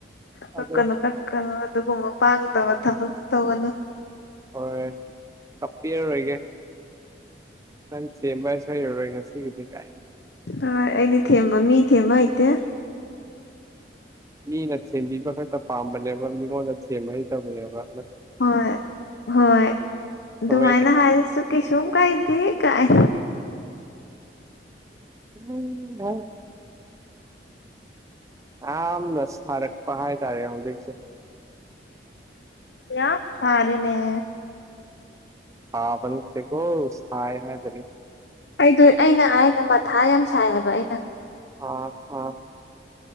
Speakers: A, on the left; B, on the right.
A: ꯀꯞꯀꯅꯨ
B: ꯑꯗꯣ
A: ꯀꯠꯀꯅꯨ ꯑꯗꯨꯒꯨꯝꯕ ꯄꯥꯡꯗꯕ ꯊꯕꯛꯇ ꯇꯧꯒꯅꯨ
B: ꯑꯣ ꯊꯞꯇꯤꯔ ꯑꯣꯏꯒꯦ ꯅꯪ ꯁꯦꯝꯕ ꯍꯥꯏ ꯁ꯭ꯋꯥꯏ ꯌꯧꯔꯣꯏ ꯉꯁꯤꯒꯤꯗꯤ ꯀꯥꯏꯅ
A: ꯍꯣꯏ ꯑꯩꯗꯤ ꯊꯦꯝꯕ ꯃꯤ ꯊꯦꯝꯕ ꯍꯩꯇꯦ
B: ꯃꯤꯅ ꯁꯦꯝꯕꯤꯕ ꯈꯛꯇ ꯄꯥꯝꯕꯅꯦꯕ ꯃꯤꯉꯣꯟꯗ ꯁꯦꯝꯕ ꯍ ꯇꯕꯅꯦꯕ
A: ꯍꯣꯏ ꯍꯣꯏ
B: ꯊꯑꯣꯏ
A: ꯨꯃꯥꯏꯅꯥ ꯍꯥꯁꯨ ꯀ ꯁ ꯀꯥꯏ ꯊ ꯀꯥꯏ
B: ꯎꯝ ꯍ ꯌꯥꯝꯅ ꯁꯥꯔꯛꯄ ꯍꯥꯏꯇꯥꯔꯦ ꯍꯧꯖꯤꯛꯁꯦ
A: ꯌꯥ ꯁꯔꯦ ꯂ
B: ꯍꯥꯥꯕꯀꯣ ꯊ ꯍꯥꯏ
A: ꯑꯩꯗ ꯑꯩꯅ ꯍꯥꯏꯅ ꯃꯊꯥ ꯌꯥꯝ ꯁꯥꯏꯑꯕ ꯑꯩꯅ
B: ꯑꯥ ꯑꯥ